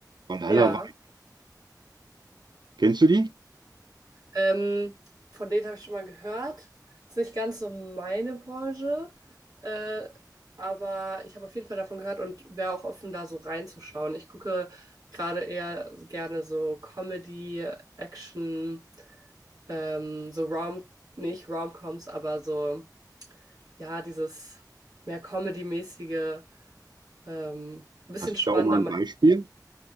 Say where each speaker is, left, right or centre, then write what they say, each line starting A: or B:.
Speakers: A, on the right (about 80°); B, on the right (about 65°).
A: Valhalla.
B: ja.
A: Vi- Kennst du die?
B: Ähm, von denen habe ich schon mal gehört. Ist nicht ganz so meine Branche, äh, aber ich habe auf jeden Fall davon gehört und wäre auch offen, da so reinzuschauen. Ich gucke gerade eher gerne so Comedy, Action, ähm, so Rom, nicht Romcoms, aber so, ja, dieses mehr Comedy-mäßige, ähm, ein bisschen
A: Hast
B: spannender
A: du da auch mal ein Beispiel?